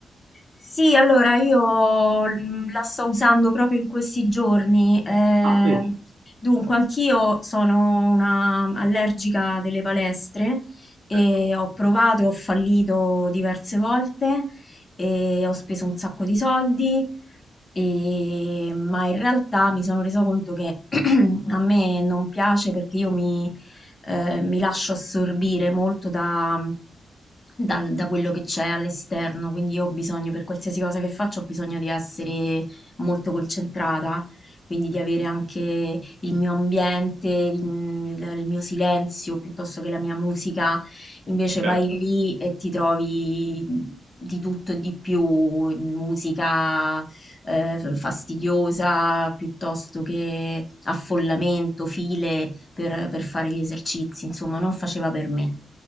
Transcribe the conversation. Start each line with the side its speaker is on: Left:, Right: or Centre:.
Left: Sì, allora io mm, la sto usando proprio in questi giorni. eh,
Right: Ah, vedi?
Left: dunque, anch'io sono una mm, allergica delle palestre e
Right: Ecco,
Left: ho provato e ho fallito diverse volte e ho speso un sacco di soldi, e- ma in realtà mi sono resa conto che <clears throat> a me non piace perché io mi eh, mi lascio assorbire molto da, dal- da quello che c'è all'esterno, quindi io ho bisogno, per qualsiasi cosa che faccio, ho bisogno di essere molto concentrata, quindi di avere anche il mio ambiente, il, il mio silenzio, piuttosto che la mia musica. Invece
Right: certo,
Left: vai lì e ti trovi di tutto e di più, musica eh, fastidiosa piuttosto che affollamento, file per, per fare gli esercizi, insomma, non faceva per me.